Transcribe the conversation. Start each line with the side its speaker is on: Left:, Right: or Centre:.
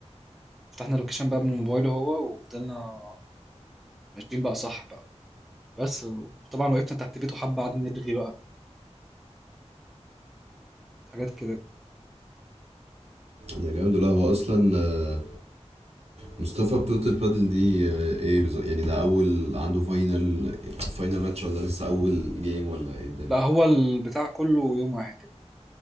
Centre: فتحنا اللوكيشن بقى من موبايله هو وفضلنا ماشيين بقى صح بقى بس وطبعا وقفنا تحت بيته حبة قعدنا نرغي بقى حاجات كده
Right: ده جامد ولا هو اصلا آه، مصطفى بطولة البادل دي آه، ايه بالظبط يعني ده اول عنده فاينل فاينل ماتش ولا لسه اول جيم ولا ايه الدنيا
Centre: لا هو البتاع كله يوم واحد كده